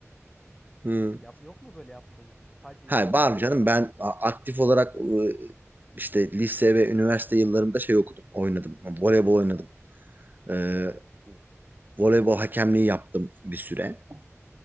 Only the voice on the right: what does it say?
Hı.
Ha
var mı canım
ben a- aktif olarak ıı, işte lise ve üniversite yıllarımda şey okudum, oynadım. Voleybol oynadım. Ee, voleybol hakemliği yaptım bir süre.